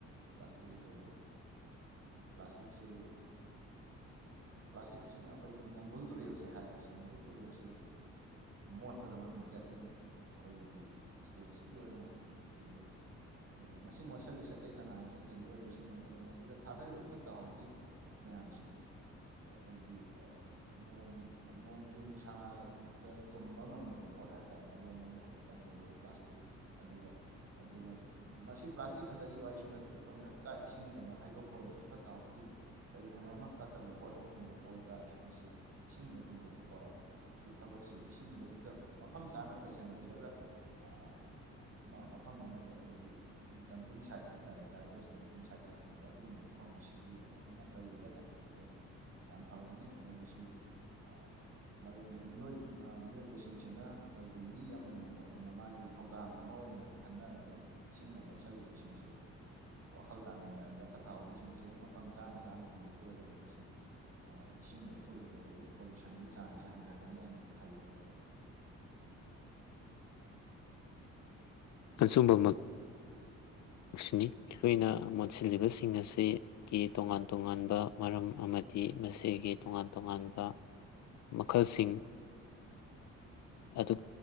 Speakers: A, on the right; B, on the left.
A: ꯄ꯭ꯂꯥꯁꯇꯤꯛ ꯑꯩꯈꯣꯏꯒꯤ ꯎꯝ ꯄ꯭ꯂꯥꯁꯇꯤꯛꯁꯦ ꯄ꯭ꯂꯥꯁꯇꯤꯛꯁꯤꯅ ꯑꯩꯈꯣꯏꯒꯤ ꯅꯝꯕꯨꯜ ꯇꯨꯔꯦꯜꯁꯦ ꯍꯥꯏꯔꯁꯤ ꯅꯝꯕꯨꯜ ꯇꯨꯔꯦꯜꯁꯦ ꯃꯣꯠꯄꯗ ꯃꯃꯤꯡ ꯆꯠꯂꯤꯅꯤ ꯑꯩꯈꯣꯏꯒꯤ ꯏꯁꯇꯦꯠꯁꯤꯒꯤ ꯑꯣꯏꯅ ꯑꯗꯨ ꯑꯩꯈꯣꯏꯒꯤ ꯃꯁꯤ ꯃꯣꯠꯁꯤꯜꯂꯤꯁꯦ ꯑꯇꯩ ꯀꯅꯥꯅꯁꯨ ꯅꯠꯇꯦ ꯃꯤꯑꯣꯏꯕꯁꯤꯡꯅꯅꯤ ꯑꯗꯣ ꯃꯁꯤꯗ ꯊꯥꯗꯔꯤꯕ ꯐꯨꯠꯇ ꯍꯥꯎꯗꯤ ꯃꯌꯥꯝꯁꯦ ꯑꯩꯈꯣꯏꯒꯤ ꯅꯣꯡ ꯅꯣꯡ ꯖꯨ ꯅꯨꯡꯁꯥꯗ ꯇꯨꯝꯕ ꯉꯝꯗꯕ ꯄꯣꯠ ꯍꯥꯏꯇꯥꯔꯦ ꯃꯔꯨꯏꯅ ꯑꯩꯅ ꯍꯧꯖꯤꯛ ꯄꯟꯖꯈꯤꯕ ꯄ꯭ꯂꯥꯁꯇꯤꯛ꯫ ꯑꯗꯨꯒ ꯑꯗꯨꯒ ꯃꯁꯤ ꯄ꯭ꯂꯥꯁꯇꯤꯛ ꯈꯛꯇꯒꯤ ꯋꯥꯔꯤꯁꯨ ꯅꯠꯇꯦ ꯑꯩꯈꯣꯏꯅ ꯆꯥꯛ ꯏꯁꯤꯡꯗꯃꯛ ꯍꯥꯏꯗꯣꯛꯄ ꯑꯣꯏꯔꯁꯨ ꯐꯠꯇ ꯍꯥꯎꯊꯤ ꯀꯔꯤꯒꯨꯝꯕ ꯑꯃ ꯐꯠꯇꯕ ꯄꯣꯠ ꯑꯃ ꯍꯨꯟꯗꯣꯛꯄ ꯑꯣꯏꯇꯥꯔꯁꯨ ꯃꯁꯤ ꯏꯁꯤꯡꯗ ꯍꯨꯟꯗꯣꯛ ꯒꯤ ꯊꯕꯛꯁꯦ ꯏꯁꯤꯡꯁꯦ ꯍꯦꯛꯇ ꯃꯐꯝ ꯆꯥꯅ ꯄꯩꯁꯤꯟꯕꯤꯔꯒ ꯑ ꯃ ꯃꯐꯝ ꯑꯃꯗ ꯑꯩꯈꯣꯏꯒꯤ ꯗꯝꯄꯤꯡ ꯁꯥꯏꯠ ꯍꯥꯏꯇꯥꯥꯔꯦ ꯒꯥꯔꯕꯦꯖ ꯗꯝꯄꯤꯡ ꯁꯥꯏꯠꯀ ꯍꯥꯏꯅꯕ ꯑꯗꯨꯒꯨꯝꯕ ꯃꯐꯝ ꯑꯃ ꯁꯦꯝꯕꯤꯔꯒ ꯐꯖꯅ ꯄꯩꯔꯒ ꯊꯝꯕꯤꯔꯒꯗꯤ ꯌꯥꯝ ꯐꯒꯅꯤ ꯑꯗꯣ ꯃꯁꯤ ꯑ ꯃꯔꯨ ꯑꯣꯏꯅ ꯃꯤꯑꯣꯏ ꯃꯤꯑꯣꯏꯕꯁꯤꯡꯁꯤꯅ ꯑꯩꯈꯣꯏꯒꯤ ꯃꯤ ꯑꯃꯃꯝ ꯑꯣꯏꯅ ꯃꯥꯒꯤ ꯊꯧꯗꯥꯡ ꯑꯃ ꯑꯣꯏꯅ ꯈꯟꯅꯔꯒ ꯏꯁꯤꯡꯗ ꯃꯣꯠꯁꯤꯜꯂꯤꯕꯁꯤꯡꯁꯦ ꯋꯥꯈꯜ ꯇꯥꯃꯤꯟꯅꯔꯒ ꯐꯠꯇ ꯍꯥꯎꯊꯤꯁꯤꯡꯁꯦ ꯃꯐꯝ ꯆꯥꯅ ꯆꯥꯅ ꯍꯨꯟꯗꯣꯛꯄꯤꯔꯒꯗꯤ ꯃꯁꯤ ꯑ ꯏꯁꯤꯡꯗ ꯊꯣꯛꯏꯕ ꯄꯣꯂꯨ ꯄꯣꯂꯨꯁꯟꯒꯤ ꯆꯥꯡꯁꯦ ꯍꯟꯗꯒꯅꯤ ꯍꯥꯏꯅ ꯈꯜꯂꯦ ꯃꯔꯨꯞ ꯑꯩꯅ
B: ꯑꯆꯨꯝꯕꯃꯛ ꯁꯨꯅꯤ ꯑꯩꯈꯣꯏꯅ ꯃꯣꯠꯁꯤꯜꯂꯤꯕꯁꯤꯡ ꯑꯁꯤ ꯀꯤ ꯇꯣꯉꯥꯟ ꯇꯣꯉꯥꯟꯕ ꯃꯔꯝ ꯑꯃꯗꯤ ꯃꯁꯤꯒꯤ ꯇꯣꯉꯥꯟ ꯇꯣꯉꯥꯟꯕ ꯃꯈꯜꯁꯤꯡ ꯑꯗꯨ